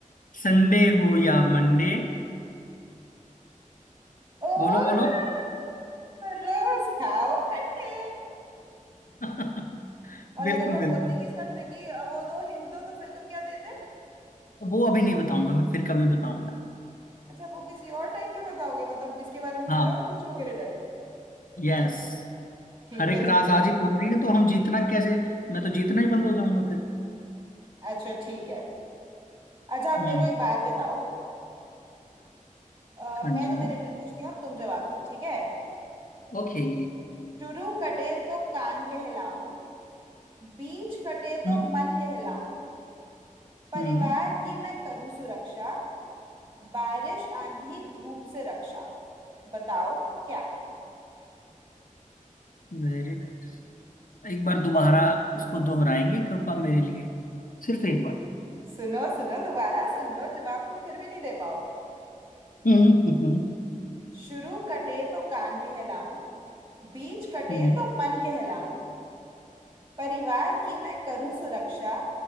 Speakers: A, on the left (about 80°); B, on the right (about 35°).
A: संडे हो या मंडे
B: ओह
A: बोलो बोलो
B: रोज खाओ अंडे
A: <laughs>
B: और
A: बिल्कुल
B: अगर मैं बोलती
A: बिल्कुल
B: कि इसका ट्रिकी वो दो हिंट दो तो फिर तुम क्या देते
A: वो अभी नहीं बताऊंगा मैं फिर कभी बताऊंगा
B: अच्छा वो किसी और टाइम पे बताओगे मतलब इसके बारे में
A: हाँ
B: फिर और पूछोगे रिडल
A: यस
B: ठीक
A: हर एक
B: है ठीक
A: राज
B: है
A: आज ही खोल देंगे तो हम जीतना कैसे मैं तो जीतना ही बंद हो जाऊंगा फिर
B: अच्छा ठीक है अच्छा आप
A: हम्म
B: मेरे को एक बात बताओ अ,
A: हाँ
B: मैं
A: जी
B: तुम्हें रिडल पूछती हूँ अब तुम जवाब दो ठीक है
A: ओके
B: शुरू कटे तो कान कहलाऊं बीच कटे तो
A: हम्म
B: मन कहलाऊं परिवार
A: हम्म
B: की मैं करूं सुरक्षा बारिश आंधी धूप से रक्षा बताओ क्या
A: Very nice एक बार दोबारा इसको दोहराएंगे कृपा मेरे लिए सिर्फ एक बार
B: सुनो सुनो दोबारा सुन लो जवाब तुम फिर भी नहीं दे पाओगे
A: हम्म हम्म
B: शुरू कटे तो कान कहलाऊं बीच कटे
A: हम्म
B: तो मन कहलाऊं परिवार की मैं करूं सुरक्षा